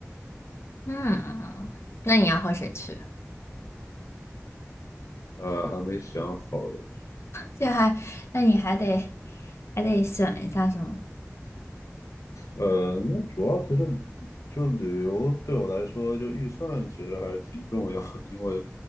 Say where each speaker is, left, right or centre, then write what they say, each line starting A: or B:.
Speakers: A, on the left; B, on the left.
A: 嗯，那你要和谁去？
B: 呃，还没想好的。
A: 这还，那你还得还得选一下是吗？
B: 呃，那主要其实就旅游对我来说，就预算其实还是挺重要的，因为